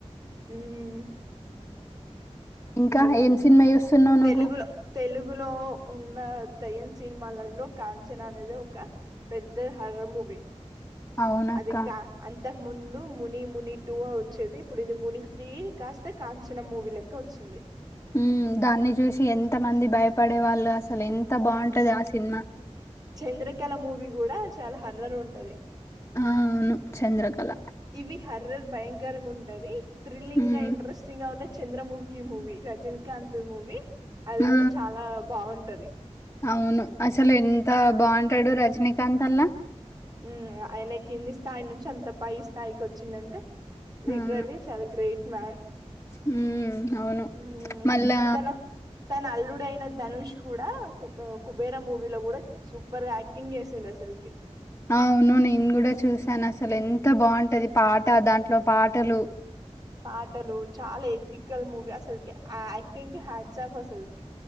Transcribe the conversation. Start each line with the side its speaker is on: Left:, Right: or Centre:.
Right: ఉమ్
Left: ఇంకా
Right: అం
Left: ఏం సినిమా జూస్తున్నావు నువ్వు?
Right: తెలుగులో తెలుగులో ఉన్న దయ్యం సినిమాలలో కాంచనా అనేది ఒక పెద్ద హరర్ మూవీ
Left: అవునక్క.
Right: అదిక అంత ఇంతకు ముందు ముని ముని టూ వచ్చేది ఇప్పుడు ఇది ముని త్రీ కాస్త కాంచనా మూవీ లెక్క వచ్చింది
Left: ఉ దాన్ని చూసి ఎంత మంది భయపడే వాళ్ళు అసలు ఎంత బావుంటది
Right: ఆ
Left: సినిమా.
Right: చంద్రకళ మూవీ కూడా చాలా హర్రర్ ఉంటాది
Left: ఆ అవును చంద్రకళ.
Right: ఇవి హారర్ భయంకరంగా ఉంటాది థ్రిల్లింగ్
Left: హ్మ్.
Right: గా ఇంట్రెస్టింగ్ గానే. చంద్రమూఖి మూవీ రజనీకాంత్ మూవీ అది
Left: ఆ!
Right: కూడా చాలా బాగుంటాది.
Left: అవును అసలు ఎంత బాగుంటాడు రజనీకాంత్ అన్న
Right: హ్మ్ ఆయన కింది స్థాయి నుంచి అంత పై స్థాయికి వచ్చిందంటే. లిట్రాలీ
Left: అవును.
Right: చాలా గ్రేట్ మ్యాన్.
Left: హ్మ్. అవును.
Right: హ్మ్
Left: మళ్ళా
Right: తన తన అల్లుడు అయిన. ధనుష్ కూడా కు కుబేర మూవీలో కూడా సూపర్ గా యాక్టింగ్ చేసిండు అసలుకి.
Left: అవును నేను కూడా చూసాను అసలు ఎంత బాగుంటాది పాట దాంట్లో పాటలు.
Right: పాటలు చాలా ఎతికల్ మూవీ అసలకి యాక్టింగ్ కి హ్యాట్సాప్ అసలుకి.